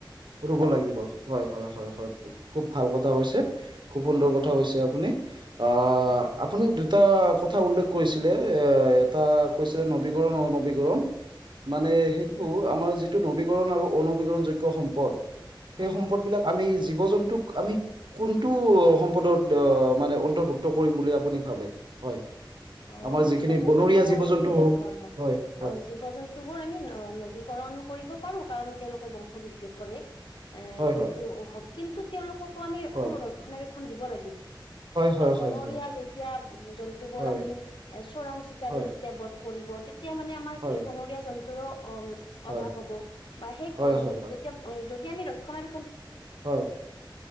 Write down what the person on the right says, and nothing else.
ৰুব লাগিব হয় হয় হয় হয় খুব ভাল কথা কৈছে খুব সুন্দৰ
কথা কৈছে আপুনি অ
আপুনি এটা কথা উল্লেখ কৰিছিলে এ এটা কৈছিলে নবী ীকৰণ মানে
সেইটো আমাৰ যিটো নবীকৰণ আৰু অনবীকৰণ যোগ সম্প সম্প সেই
সম্পদবিলাক আমি জীৱ জন্তুক আমি কোনটো সম্পদত মানে অন্তৰ্ভুক্ত কৰিম বুলি আপুনি ভ হয়
আমাৰ যিখিনি
বনৰীয়া জীৱ
জন্তু
হওক
হয়
হয়
হয়
হয়
হয় হয় হয়
হয় হয় হয়
হয়
হয়
হয়
হয়
হয়,
হয়, হয়,
হয়,